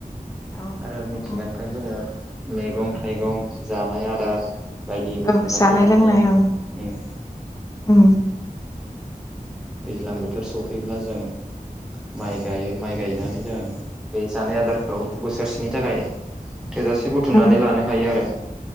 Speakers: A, on the left; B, in the centre.
A: औ
B: आरो मिथिंगानिफ्राय जोङो मैगं थाइगं जानाय आदार बायदि बुथुमनानै
A: औ जानाय
B: लानो
A: लोंनाय
B: हायो उम
A: ओं उम
B: दैज्लां बोथोर सफैब्ला जों माइ गायो माइ गायनानै जों बे जानाय आदारखौ बोसोरसेनि थाखाय थोजासे बुथुमनानै
A: उम
B: लानो हायो आरो